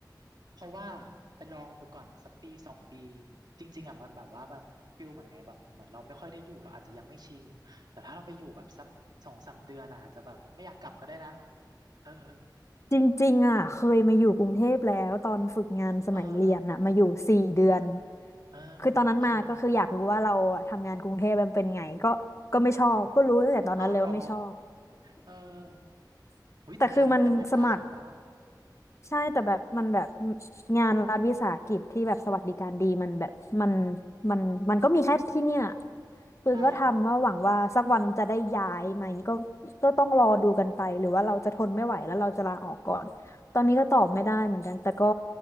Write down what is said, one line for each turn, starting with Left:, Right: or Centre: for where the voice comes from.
Right: เพราะว่าไปลองดูก่อนสักปีสองปีจริงๆอ่ะมันแบบว่าแบบฟิลเหมือนไงแบบเหมือนเราไม่ค่อยได้อยู่เราอาจจะยังไม่ชินแต่ถ้าเราไปอยู่แบบสักสองสามเดือนอ่ะอาจจะแบบไม่อยากกลับก็ได้นะเออเออ
Left: จริงๆอะเคยมาอยู่กรุงเทพแล้วตอนฝึกงานสมัยเรียนอะมาอยู่สี่เดือน
Right: เออเออเออ
Left: คือตอนนั้นมาก็คืออยากรู้ว่าเราอะทำงานกรุงเทพมันเป็นไงก็ก็ไม่ชอบก็รู้ตั้งแต่ตอนนั้นเลยว่าไม่ชอบ
Right: โอเคไหมอืมเอาเหรอเออ
Left: <laughs>
Right: หุ้ยแต่งานมันเป็นโอกาสเนาะ
Left: แต่คือมันสมัครใช่แต่แบบมันแบบงานรัฐวิสาหกิจที่แบบสวัสดิการดีมันแบบมัน
Right: อืม
Left: มันมันก็มีแค่ที่เนี่ยคือก็ทำว่าหวังว่าสักวันจะได้ย้ายไหมก็
Right: ใช่
Left: ก็ต้องรอดูกันไปหรือว่าเราจะทนไม่ไหวแล้วเราจะลาออกก่อนตอนนี้ก็ตอบไม่ได้เหมือนกันแต่ก็